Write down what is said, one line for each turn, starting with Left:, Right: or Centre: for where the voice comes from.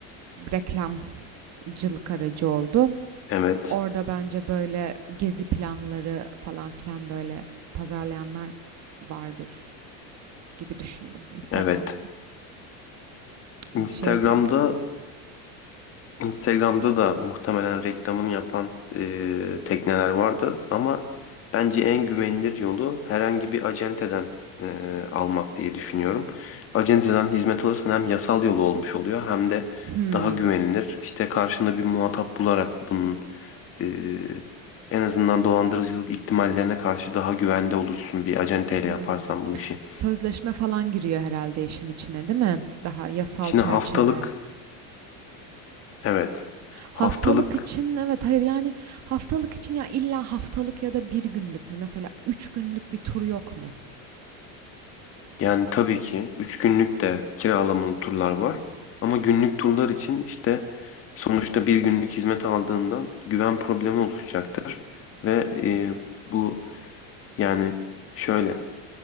Right: reklamcılık aracı oldu.
Left: Evet.
Right: Orada bence böyle gezi planları falan filan böyle pazarlayanlar vardır gibi düşündüm Instagram'da.
Left: Evet.
Right: Ee,
Left: Instagram'da
Right: Şey bir
Left: Instagram'da da muhtemelen reklamını yapan e, tekneler vardır ama bence en güvenilir yolu herhangi bir acenteden e, almak diye düşünüyorum. Acenteden hizmet alırsan hem yasal yolu olmuş oluyor hem de
Right: hmm,
Left: daha güvenilir. İşte karşında bir muhatap bularak bunun Ee, en azından dolandırıcılık ihtimallerine karşı daha güvende olursun bir acenteyle
Right: hmm.
Left: yaparsan bu işi.
Right: Sözleşme falan giriyor herhalde işin içine, değil mi? Daha yasal
Left: Şimdi
Right: çerçeve.
Left: haftalık evet
Right: Haftalık
Left: haftalık
Right: için evet hayır yani haftalık için ya illa haftalık ya da bir günlük mü? Mesela üç günlük bir tur yok mu?
Left: yani tabii ki 3 günlük de kiralamalı turlar var. Ama günlük turlar için işte sonuçta bir günlük hizmet aldığından güven problemi oluşacaktır. Ve e, bu yani şöyle